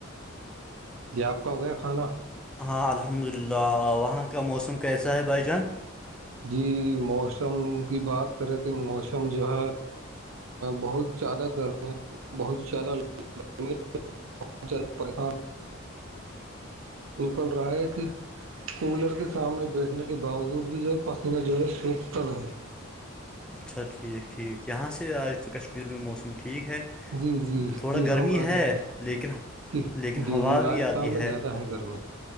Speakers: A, on the right; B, in the centre.
A: جی آپ کا ہو گیا کھانا
B: ہاں الحمد للہ وہاں کا موسم کیسا ہے بھائی جان
A: جی موسم کی بات کریں تو موسم جو ہے بہت زیادہ گرمییا بہت زیادہ بہت زدہ پریشان نکل رہا ہے کہ کولر کے سامنے بیٹھنے کے باوجود بھی جو ہے پسینہ جو ہے سوکھتا نہیں
B: اچھا ٹھیک ٹھیک یہاں سے آج تو کشمیر میں موسم ٹھیک ہے
A: جی جی
B: <unintelligible> تھوڑا
A: جی
B: گرمی
A: ہم راجستھان
B: ہے لیکن <unintelligible>
A: جی
B: لیکن
A: جی
B: ہوا
A: جی راجستھان
B: بھی آتی ہے
A: میں زیادہ گرمی